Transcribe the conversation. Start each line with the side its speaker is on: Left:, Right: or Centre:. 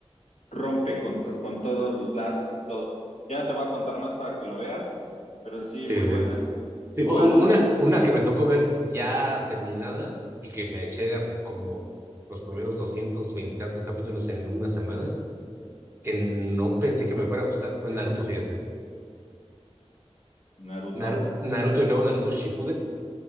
Left: rompe con, to- con todos los lazos y todo. Ya no te voy a contar más para que lo veas, pero sí,
Right: Sí,
Left: muy
Right: sí.
Left: buena.
Right: sí. Sí,
Left: Igual
Right: u- u- una,
Left: es
Right: una que me tocó ver ya terminada y que me eché a como los primeros 220 y tantos capítulos en una semana, que no pensé que me fuera a gustar, fue Naruto, fíjate.
Left: Naruto.
Right: Naru- Naruto y luego Naruto Shippuden,